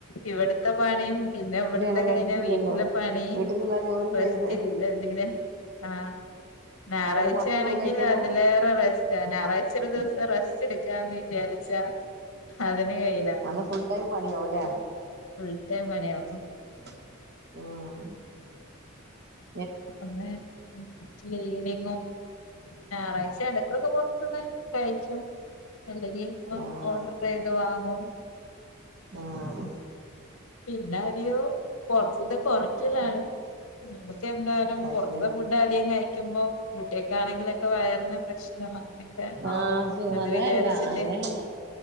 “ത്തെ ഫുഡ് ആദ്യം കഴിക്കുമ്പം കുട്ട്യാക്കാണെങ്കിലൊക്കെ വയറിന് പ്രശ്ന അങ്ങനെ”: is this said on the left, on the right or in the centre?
Left